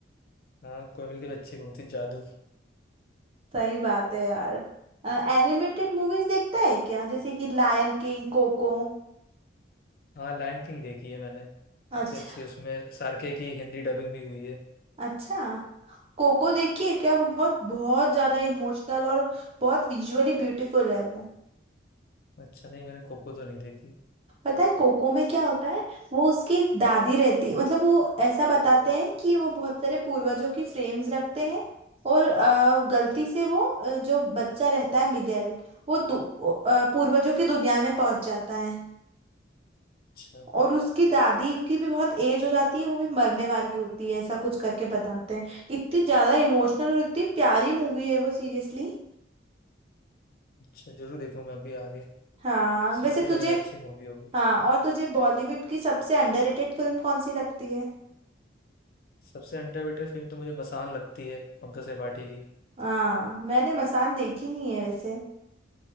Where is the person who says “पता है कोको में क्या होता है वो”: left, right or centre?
Right